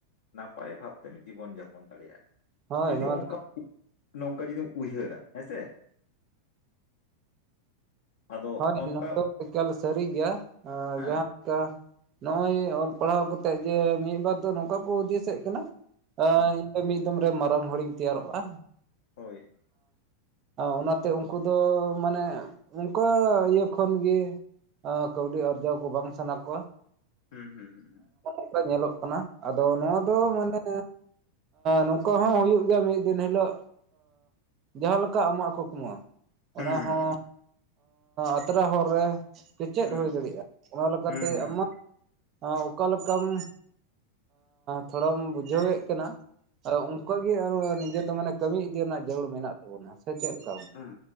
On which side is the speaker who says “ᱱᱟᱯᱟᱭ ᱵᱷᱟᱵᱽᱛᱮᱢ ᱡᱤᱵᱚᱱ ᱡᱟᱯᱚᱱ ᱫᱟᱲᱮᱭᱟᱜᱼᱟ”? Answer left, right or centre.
Left